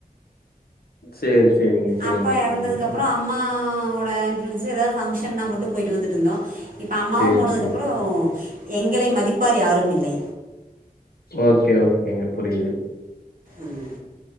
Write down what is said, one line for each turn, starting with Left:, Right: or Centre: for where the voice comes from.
Left: சேரி சேரிங்க சேரிங்க
Right: அப்பா எறந்ததுக்கப்பற
Left: சேரிங்க
Right: அம்மாவோட இன்ஃப்ளூயன்ஸு எதாவ்து ஃபங்க்ஷன்னா மட்டு போயிட்டு வந்துட்ருந்தோ இப்போ அம்மாவு
Left: சேரி
Right: போனதுக்கப்பறோ
Left: சேரி
Right: எங்களை மதிப் யார் யாரும் இல்லை
Left: ஓகே ஓகேங்க புரியுது
Right: ம்